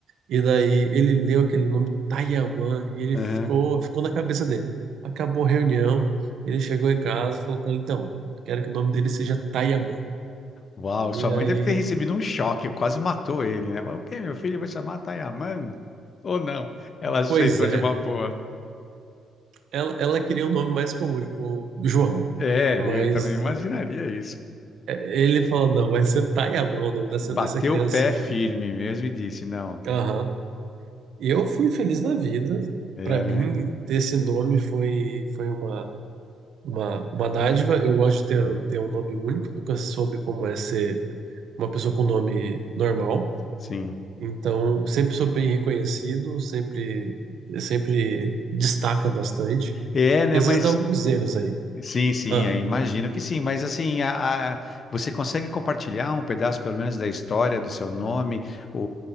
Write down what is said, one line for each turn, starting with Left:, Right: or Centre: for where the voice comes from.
Right: E daí ele leu aquele nome Tayaman e ele
Left: Aham.
Right: ficou ficou na cabeça dele. Acabou a reunião, ele chegou em casa, e falou para ele, então, quero que o nome dele seja Tayaman.
Left: Uau,
Right: E
Left: sua mãe
Right: aí,
Left: deve ter recebido um choque, quase matou ele, né? Falou, O quê? Meu filho vai chamar Tayaman? Ou não? Ela aceitou
Right: pois é,
Left: de uma boa.
Right: ela, ela queria um nome mais comum, tipo João.
Left: É,
Right: Mas
Left: eu também imaginaria isso.
Right: Ele falou, não, vai ser Tayamão, o nome dessa,
Left: Bateu
Right: dessa criancinha
Left: o pé firme
Right: aí.
Left: mesmo e disse, não.
Right: Aham. E eu fui feliz da vida.
Left: É,
Right: Para mim,
Left: né?
Right: ter esse nome foi, foi uma, uma, uma dádiva.
Left: Hum,
Right: Eu gosto de ter,
Left: hum,
Right: ter um nome único, nunca soube como é ser uma pessoa com nome normal.
Left: Sim.
Right: Então, sempre sou bem reconhecido, sempre, sempre destaca bastante.
Left: É, né?
Right: E às
Left: Mas
Right: vezes dá alguns erros aí.
Left: Sim, sim,
Right: Ah,
Left: é, imagino que sim, mas assim, a, a- você consegue compartilhar um pedaço, pelo menos, da história do seu nome, o,